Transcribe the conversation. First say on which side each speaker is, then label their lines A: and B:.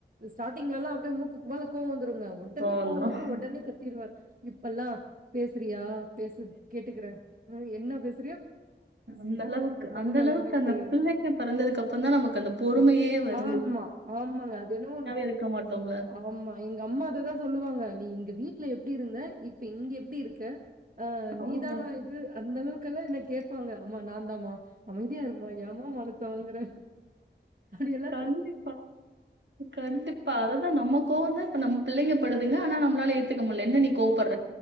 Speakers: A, on the right (about 45°); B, on the right (about 70°).
A: ஸ்டாட்டிங்லலாம் அப்படியே மூக்குக்கு மேல கோவ வந்துருங்க உடனே
B: கோவம் வந்துரும்
A: கோவ வந்துரு உடனே கத்திருவே ப்பல்லாம் பேசறியா பேசு கேட்டுக்கற உன்னால என்ன பேச
B: அந்த அளவுக்கு
A: மனநெலைமைக்கு
B: அந்த அளவுக்கு அந்த பிள்ளைங்க பெறந்ததுக்கு அப்புறந் தா நமக்கு அந்த பொறுமையே வரு
A: ஆமா ஆமாங்க அது என்னவோ உ
B: இருக்க மாட்டோம்ல
A: ஆமா எங்க அம்மா அத தா சொல்லுவாங்க நீ இங்க வீட்டுல எப்படி இருந்த இப்ப இங்க எப்டி இருக்க ஆஹ்
B: அவ்வளவுதான்
A: நீதானா இது அந்த அளவுக்கு க்கலா என்ன கேப்பாங்க அம்மா நா ந்தா மா அமைதியா இருமா ஏமா மானத்த வாங்கற அப்படியெல்லா
B: கண்டிப்பா கண்டிப்பா அததா நம்ம கோவந்தா இப்ப நம்ம பிள்ளைங்க படுதுங்க ஆனா நம்மளால ஏத்துக்க முடியல என்ன நீ கோவப்பட